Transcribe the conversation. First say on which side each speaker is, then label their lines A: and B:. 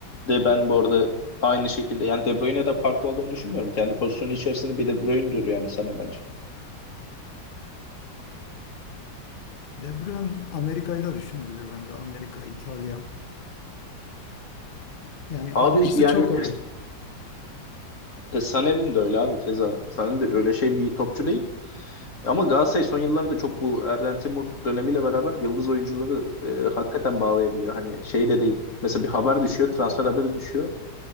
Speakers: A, on the left; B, on the left.
A: de ben bu arada aynı şekilde yani De Bruyne'de fark olduğunu düşünmüyorum. Kendi pozisyonu içerisinde bir De Bruyne'dur yani Sané bence.
B: De Bruyne Amerika'yı da düşünebilir bence. Amerika, İtalya. Yani
A: Abi
B: alıcısı
A: yani
B: çok olur.
A: Te- Sané'nin de öyle abi keza. Sané de öyle şey bir topçu değil. Ama Galatasaray son yıllarda çok bu Erden Timur dönemiyle beraber yıldız oyuncuları e, hakikaten bağlayabiliyor. Hani şey de değil. Mesela bir haber düşüyor, transfer haberi düşüyor.